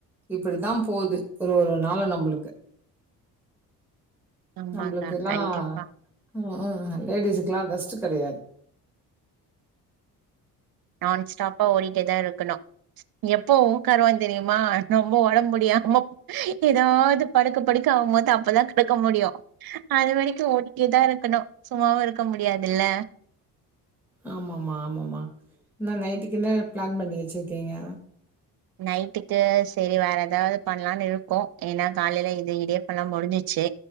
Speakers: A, in the centre; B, on the right.
A: இப்புடித்த போகுது ஒரு ஒரு நாளு நம்புளுக்கு
B: ஆமாக்கா
A: நம்மளுக்கெல்லாம்
B: கண்டிப்பா
A: உம்உம் லேடிஸ்க்கெல்லாம் ரெஸ்ட் கெடையாது
B: நான்ஸ்டாப்பா ஓடிட்டேதா இருக்கணும் எப்போ ஓக்காருவோ தெரியுமா ரொம்ப உடம்பு முடியாம ஏதாவது படுக்க படுக்க அவும் போது அப்பதான் படுக்க முடியும் அதுவரைக்கும் ஓடிக்கிட்டேதான் இருக்கணும் சும்மாவும் இருக்க முடியாதுல
A: ஆமாம்மா ஆமாம்மா என்ன நைட்டுக்கு என்ன ஃபிளான் பண்ணி வச்சுருக்கீங்க
B: நைட்டுக்கு செரி வேறஏதாவது பண்ணலானு இருக்கோம் ஏன்னா காலயில இது இடியப்பான முடிஞ்சுருச்சு